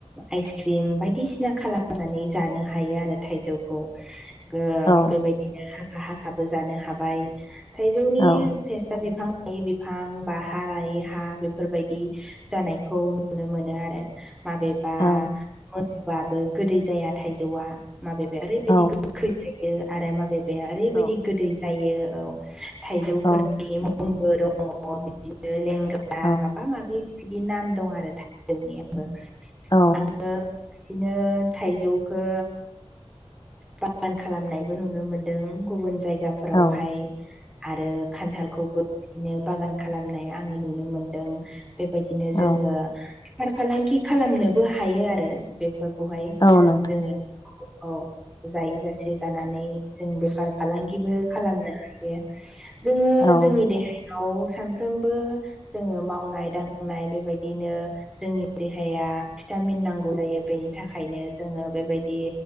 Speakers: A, in the centre; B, on the left (about 40°).
A: आइसक्रिम बायदिसिना खालामनानै जानो हायो आरो थाइजौखौ <inaudible> ओ
B: औ
A: बेबायदिनो हाखा हाखाबो जानो हाबाय थाइजौनि
B: औ
A: टेस्टा बिफां लायै बिफां बा हाय लायै हा बेफोरबायदि जानायखौ नुनो मोनो आरो माबेबा
B: औ
A: मोनबाबो गोदै जाया थाइजौआ माबेबाया ओरैबायदि
B: औ
A: गोखै जायो आरो माबेबाया ओरैबायदि
B: औ
A: गोदै जायो औ थाइजौफोरनि
B: औ
A: <unintelligible> दङ बिदिनो लेंग्रा
B: औ
A: माबा माबि बिदि नाम दं आरो थाइजौनियाबो
B: औ
A: आङो बिदिनो थाइजौखौ बागान खालामनायबो नुनो मोनदों गुबुन जायगा फोरावहाय
B: औ
A: आरो खान्थालखौबो बिदिनो बागान खालामनाय आङो नुनो मोनदों बेबायदिनो जोङो
B: औ
A: बेफार फालांगि खालामनोबो हायो आरो बेफोरखौहाय
B: औ नोंथां
A: जोङो औ जायै जासे जानानै जों बेफार फालांगिबो खालामनो हायो। जोङो
B: औ
A: जोंनि देहायाव सानफ्रोमबो जोङो मावनाय दांनाय बेबायदिनो जोंनि देहाया भिटामिन नांगौ जायो बेनि थाखायनो जोङो बेबादि